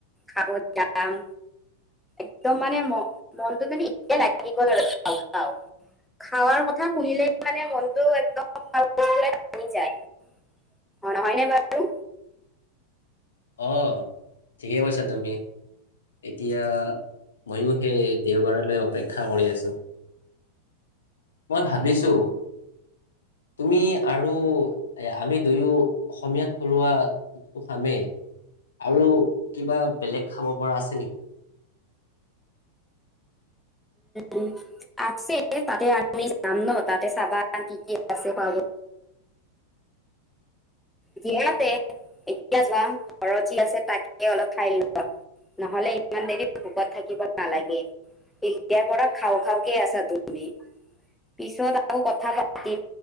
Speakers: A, in the centre; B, on the left.
A: খাব যাম। একদম মানে, মনটো মানে এতিয়া লাগি গ'ল আৰু খা খা খাৱাৰ কথা শুনিলে মানে, মনটো একদম ভাঙি যায়। অ' নহয়নে বাৰু?
B: অ' ঠিকেই কৈছা তুমি। এতিয়া ময়ো, সেই দেওবাৰলৈ অপেক্ষা কৰি আছোঁ। মই ভাবিছোঁ, তুমি আৰু আমি দুয়ো অসমীয়া থলুৱা খামেই। আৰু কিবা বেলেগ খাব পৰা আছে নেকি?
A: উম, আছে। তাতে আমি যাম ন' তাতে চাবা কি কি আছে খোৱা। বহুতে এতিয়া যোৱা ঘৰত যি আছে, তাকে অলপ খাই লোৱা নহ'লে ইমান দেৰি ভোকত থাকিব নালাগে। ইয়াৰ পৰা খাওঁ খাওঁকে আছা তুমি? পিছত আকৌ কথা পাতিম।